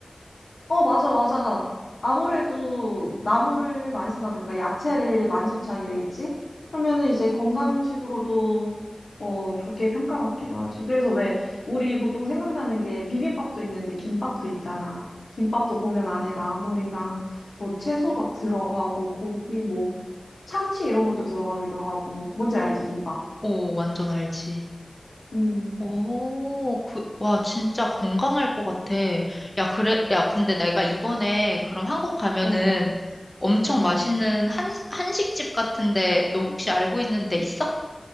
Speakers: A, on the left; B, on the left.
A: 어, 맞아, 맞아. 아무래도 나물을 많이 쓰다 보니까 야채를 많이 섭취하게 되겠지? 그러면은 이제 건강식으로도 어, 좋게 평가받기도 하지. 그래서 왜 우리 보통 생각나는 게 비빔밥도 있는데 김밥도 있잖아. 김밥도 보면 안에 나물이랑 뭐 채소 막 들어가고 고기 뭐 참치 이런 것도 들어가기도 하고. 뭔지 알지, 김밥?
B: 오, 완전 알지.
A: 음,
B: 오, 그, 와, 진짜 건강할 것 같아. 야, 그래, 야, 근데 내가 이번에 그럼 한국 가면은
A: 응,
B: 엄청
A: 응.
B: 맛있는 한, 한식집 같은데 너 혹시 알고 있는 데 있어?